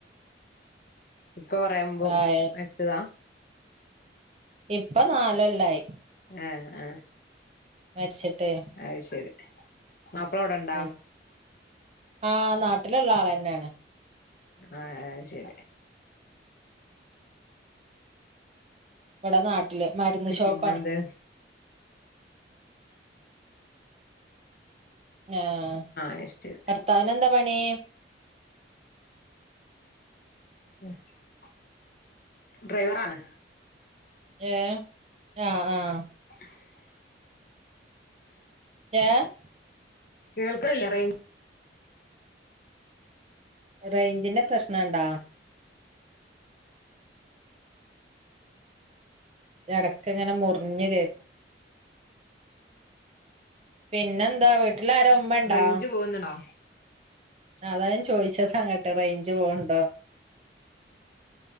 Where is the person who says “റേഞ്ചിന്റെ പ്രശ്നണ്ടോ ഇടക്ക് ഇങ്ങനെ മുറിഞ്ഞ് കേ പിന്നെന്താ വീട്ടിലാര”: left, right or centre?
Right